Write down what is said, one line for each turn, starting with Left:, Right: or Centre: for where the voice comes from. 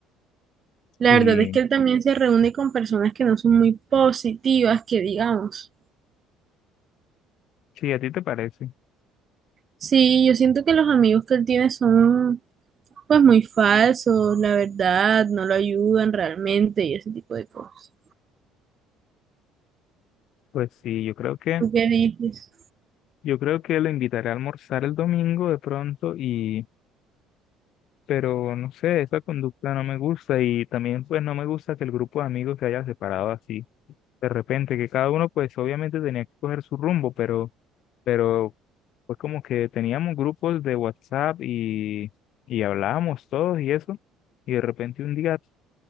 Right: La
Left: Y
Right: verdad es que él también se reúne con personas que no son muy positivas, que digamos.
Left: si a ti te parece,
Right: Sí, yo siento que los amigos que él tiene son pues muy falsos, la verdad, no lo ayudan realmente y ese tipo de cosas.
Left: pues sí, yo creo que,
Right: ¿Tú qué dices?
Left: yo creo que lo invitaré a almorzar el domingo de pronto y pero no sé, esa conducta no me gusta y también pues no me gusta que el grupo de amigos se haya separado así de repente, que cada uno pues obviamente tenía que coger su rumbo, pero, pero pues como que teníamos grupos de WhatsApp y, y hablábamos todos y eso, y de repente un día